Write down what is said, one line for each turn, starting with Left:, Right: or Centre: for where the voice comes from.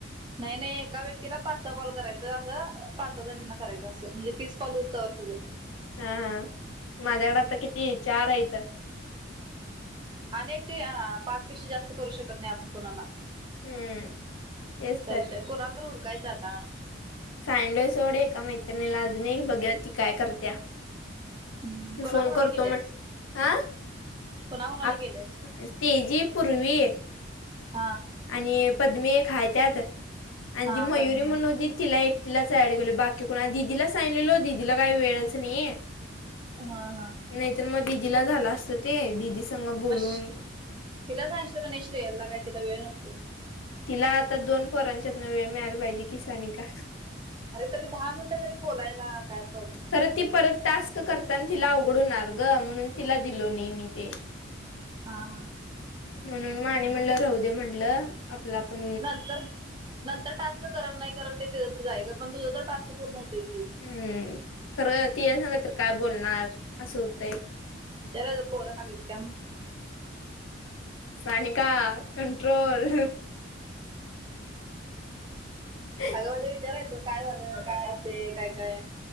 Right: नाही नाही एका व्यक्तीला पाच सहा कॉल करायचा असं, पाच सहा जणांना करायचं असं, म्हणजे तीस कॉल होउस्तवर तुझं.
Left: हा हा, माझ्याकडे आता किती चार आहेत.
Right: आणि <unintelligible> पाच पेक्षा जास्त करू शकत नाही आपण कोणाला.
Left: हम्म तेच
Right: असा
Left: तर
Right: विषय हाय, कोणाला तर हुडकायचं आता.
Left: सांगितलंय सोड एका मैत्रिणीला, अजून एक बघूया ती काय करत्या.
Right: हम्म
Left: ती
Right: कोणाकोणाला
Left: फोन करतो
Right: केल्यास?
Left: म्ह हा
Right: कोणाकोणाला
Left: आप
Right: केल्यास?
Left: तेजी पूर्वी
Right: हां
Left: आणि पद्मी एक हाय त्यात, आणि
Right: हा
Left: ती मयुरी
Right: पद्मे
Left: म्हणुन होती तिला एक तिलाच ऍड केेलो बाकी कुणा दिदीला सांगलेलो, दिदीला काही वेळच नाही.
Right: हा हा
Left: नाहीतर मग दिदीला झालं असतं ते, दिदी संग बोलून
Right: मग तिला सांगशिलं का नाही श्रेयाला, काय तिला वेळ नसतोय?
Left: तिला आता दोन पोरांच्यातन वेळ मिळाला पाहिजे कि सानिका.
Right: अरे तरी दहा मिनिटं तरी बोलायला काय प्रॉब्लेम आहे.
Left: तर ती परत टास्क करताना तिला अवघडणार ग म्हणून तिला दिलो नाही मी ते
Right: हां ह
Left: म्हणून माने म्हणलं राहद म्हणटलं आपला पण
Right: नंतर नंतर टास्क कल नाही कल ते त ते जाय का पण तुझं तर टास्क पूर्ण होत की
Left: हम्म खरं ती सांगा तर काय बोलणार असं होतंय
Right: विचार पोर हगल का
Left: सानिका कंट्रोल ह
Right: अगं म्हझं विचारायचं काय झालं काय असे काय काय